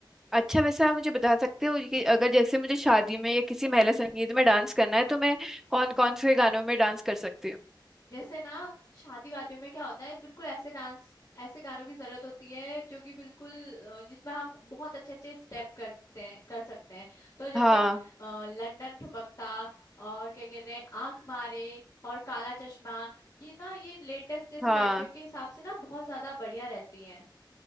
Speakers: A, in the centre; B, on the left.
A: अच्छा वैसे आप मुझे बता सकते हो कि अगर जैसे मुझे शादी में या किसी महिला संगीत में डांस करना है तो मैं कौन कौन से गानों में डांस कर सकती हूँ
B: जैसे ना शादी वादियों में क्या होता है बिल्कुल ऐसे डांस ऐसे गानों की जरूरत होती है जो कि बिल्कुल अ, जिसमें हम बहुत अच्छे अच्छे स्टेप करते हैं कर सकते हैं तो जैसे
A: हाँ
B: अ, लंदन ठुमकता और क्या कहते हैं आंख मारे और काला चश्मा ये ना ये लेटेस्ट जैसे
A: हाँ
B: लड़कियों के हिसाब से ना बहुत ज्यादा बढ़िया रहती हैं